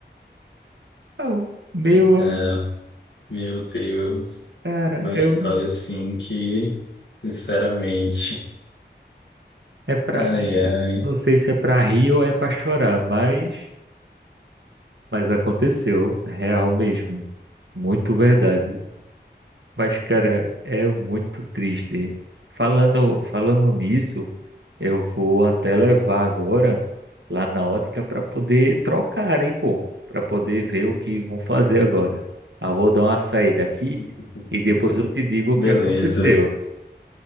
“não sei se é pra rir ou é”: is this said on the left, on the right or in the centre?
Right